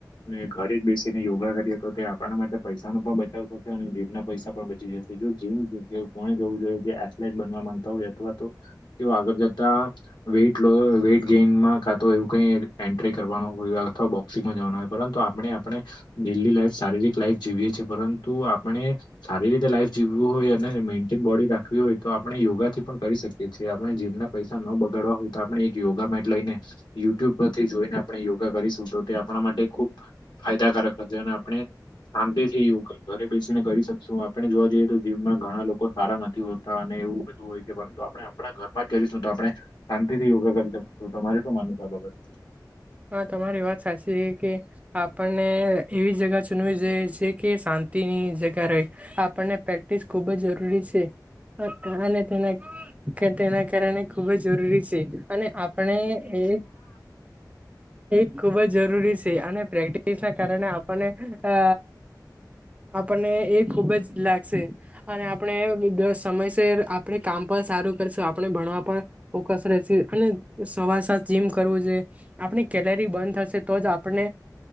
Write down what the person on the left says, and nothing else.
ને ઘરે જ બેસીને યોગા કરીએ તો તે આપણા માટે પૈસા ન પણ બચાવ થશે. અને જીભના પૈસા પણ બચી જશે. જો જીમ કોને જવું જોઈએ કે એથલેટ બનવા માંગતા હોય અથવા તો તેઓ આગળ જતા. તા--વેટ લો વેટ ગેઈનમાં કા તો એવું કઈ એન્ટ્રી કરવાનું અથવા બોક્સિંગ. જવાનું હોય પરંતુ આપણે આપણે ડેલી લાઇફ શારીરિક લાઈફ જીવીએ છીએ. પરંતુ આપણે સારી રીતે લાઈફ જીવું હોય અને મેન્ટેન બોડી રાખવી હોય તો આપણે યોગાથી પણ કરી શકીએ છીએ. આપણે જીમના પૈસા ન બગાડવા હોય તો આપણે એક યોગા મેટ લઈને યુટ્યુબ પરથી જોઈને આપણે યોગા કરીશું તો તે આપ ણા માટે ખૂબ ફાયદાકારક બનશે અને આપણે શાંતિ થીયોગ ઘરે બેસીને કરી શકશું. આપણે જોવા જઈએ તો જીવમાં ઘણા લોકો સારા નથી હોતા અને એવું બધું હોય છે. પરંતુ આપણે આપણા ઘરમાં જ. તો આપણે શાંતિ થી યોગા કરી શકશું. તમારે શું માનું છે? આ બાબત?